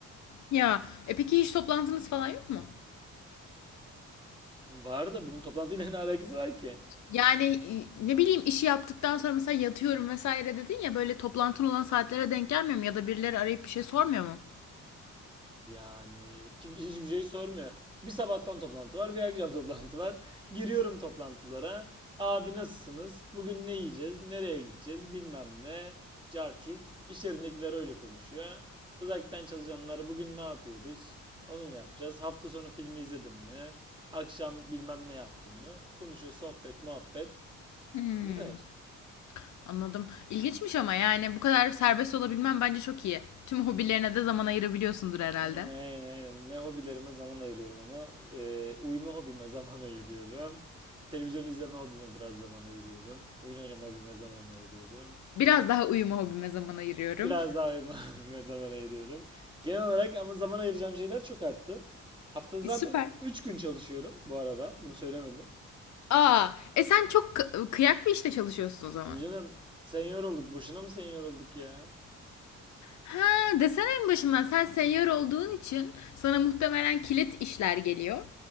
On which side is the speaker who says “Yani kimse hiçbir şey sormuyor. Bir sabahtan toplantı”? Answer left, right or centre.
Right